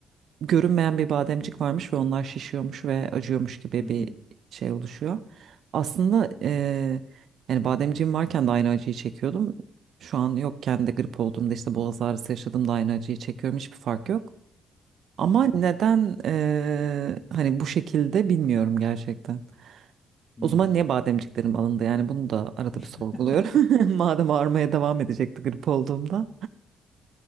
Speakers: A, on the right; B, on the left.
A: görünmeyen bir bademcik varmış ve onlar şişiyormuş ve acıyormuş gibi
B: Hı hı,
A: bir şey oluşuyor. Aslında eee yani bademciğim varken de aynı acıyı çekiyordum. Şu an yokken de grip olduğumda işte boğaz ağrısı yaşadığımda aynı acıyı çekiyorum hiçbir fark yok. Ama
B: hı hı,
A: neden eee, hani bu şekilde bilmiyorum gerçekten.
B: hı.
A: O zaman niye bademciklerim alındı yani bunu da arada bir sorguluyorum.
B: <laughs>
A: <laughs> Madem ağrımaya devam edecekti grip olduğumda.